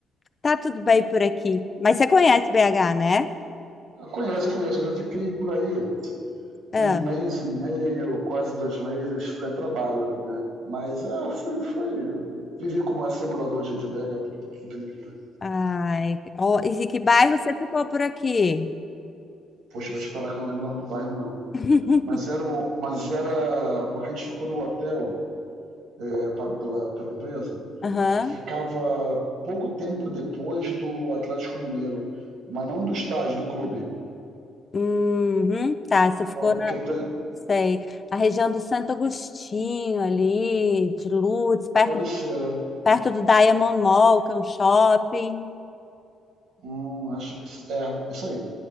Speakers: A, on the left; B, on the right.
A: tá tudo bem por aqui. Mas você conhece BH, né?
B: Eu conheço, eu conheço. Eu já fiquei por aí
A: Ah,
B: um mês e meio, quase dois meses. Foi trabalho, né? Mas é, foi, foi. Vivi como é ser morador de, de BH por um um tempinho. né?
A: ai, ó, e que bairro você ficou por aqui?
B: Poxa, vou te falar que eu não lembro o nome do bairro, não.
A: <laughs>
B: Mas era, o- mas era porque a gente ficou no hotel é, pago pela, pela empresa,
A: Aham.
B: que ficava pouco tempo depois do Atlético Mineiro, mas não do estádio, do clube.
A: Uhum, tá, você ficou
B: Ó,
A: na,
B: que te-
A: sei, a região do Santo Agostinho ali, de Lourdes, perto
B: pode ser.
A: perto do Diamond Mall, que é um shopping.
B: Hum, acho que é, isso aí.